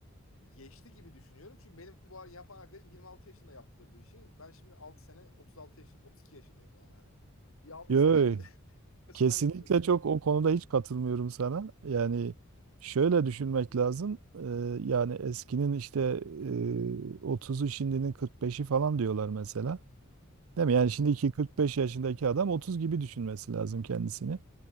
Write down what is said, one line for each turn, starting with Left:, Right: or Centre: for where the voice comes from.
Left: geçti gibi düşünüyorum. Çünkü benim bu ara yapan arkadaşım 26 yaşında yaptı bu işi. Ben şimdi 6 sene 36 yaşın 32 yaşındayım yani hani. Bir altı
Right: Yo
Left: sene <laughs> arkasından
Right: Kesinlikle
Left: yapıyorum yani.
Right: çok o konuda hiç katılmıyorum sana. Yani şöyle düşünmek lazım. Ee, yani eskinin işte e, 30'u şimdinin 45'i falan diyorlar mesela. Değil
Left: Evet
Right: mi? Yani şimdiki
Left: doğru.
Right: 45 yaşındaki adam 30 gibi düşünmesi lazım kendisini.